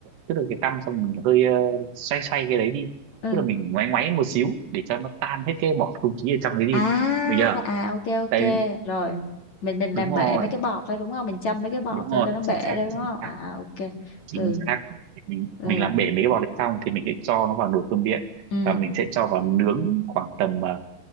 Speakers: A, on the right; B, on the left.
A: tức là cái tăm xong mình hơi ờ, xoay xoay cái đấy đi
B: ừ
A: tức là mình ngoáy ngoáy một xíu để cho nó tan hết cái bọt không khí ở trong đấy đi
B: à
A: được chưa
B: à ok ok
A: đấy
B: rồi mình mình
A: đúng
B: làm
A: rồi
B: bể mấy cái bọt đấy đúng không mình châm mấy cái bọt
A: đúng
B: cho
A: rồi
B: cho nó bể
A: chính xác
B: đấy
A: chính
B: đúng không
A: xác
B: à ok
A: chính
B: ừ
A: xác mình
B: ừ
A: mình làm bể mấy cái bọt đấy xong thì mình sẽ cho nó vào nồi cơm điện
B: ừ
A: và mình sẽ cho vào nướng khoảng tầm ờ,